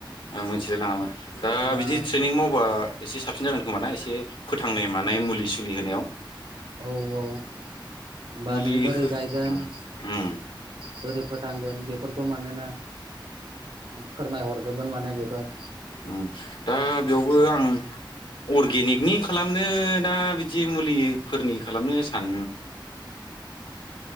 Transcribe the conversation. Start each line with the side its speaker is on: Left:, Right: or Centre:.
Left: आं मोनथिलाय लाङामोन दा
Right: होमबा
Left: बिदि
Right: औ
Left: ट्रेनिं मावबा एसे साबसिन जागोन खोमाना एसे। फोथांनाय मानाय
Right: औ
Left: मुलि सुलि होनायाव
Right: औ औ होनबा
Left: मुलि
Right: नों बोरै
Left: हो
Right: गायगोन
Left: उम उम
Right: बोरै नांगोन बेफोरखौ मानोना फोरमाय हरजोबगोन माने बेखौ <inaudible>
Left: ओम दा बेयावबो आं अरगेनिक नि खालामनोना दा बिदि मुलिफोरनि खालामनो सान